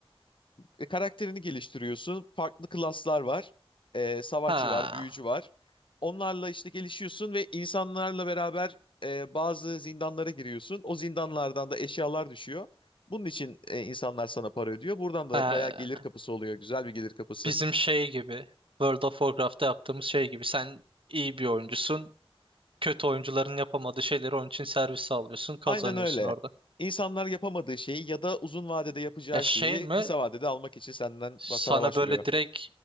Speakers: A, on the left; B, on the right.
A: E, karakterini geliştiriyorsun. Farklı klaslar var. E, savaşçı
B: Ha.
A: var, büyücü var. Onlarla işte gelişiyorsun ve insanlarla beraber e, bazı zindanlara giriyorsun. O zindanlardan da eşyalar düşüyor. Bunun için e, insanlar sana para ödüyor. Buradan da
B: Ha.
A: bayağı gelir kapısı oluyor. Güzel bir gelir kapısı.
B: Bizim şey gibi. World of Warcraft'ta yaptığımız şey gibi. Sen iyi bir oyuncusun. Kötü oyuncuların yapamadığı şeyleri onun için servis sağlıyorsun. Kazanıyorsun
A: Aynen öyle.
B: orada.
A: İnsanlar yapamadığı şeyi ya da uzun vadede yapacağı
B: E şey
A: şeyi
B: mi?
A: kısa vadede almak için senden
B: Sana
A: sana başvuruyor.
B: böyle direkt